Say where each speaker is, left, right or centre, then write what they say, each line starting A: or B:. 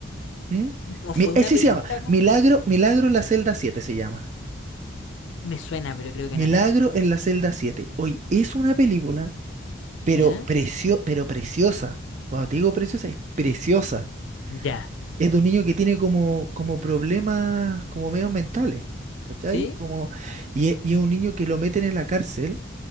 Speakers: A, on the right; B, on the left.
A: ¿Mm?
B: no
A: Mi,
B: fue una
A: ese
B: película,
A: se llama
B: no,
A: Milagro, Milagro en la celda siete se llama.
B: me suena, pero creo que
A: Milagro
B: no la he visto.
A: en la celda siete. Hoy es una película, pero,
B: ¿Ya?
A: precio, pero preciosa. Cuando te digo preciosa, es preciosa.
B: Ya.
A: Es de un niño que tiene como, como problemas como medios mentales. ¿Cachai?
B: ¿Sí?
A: Como, y es, y es un niño que lo meten en la cárcel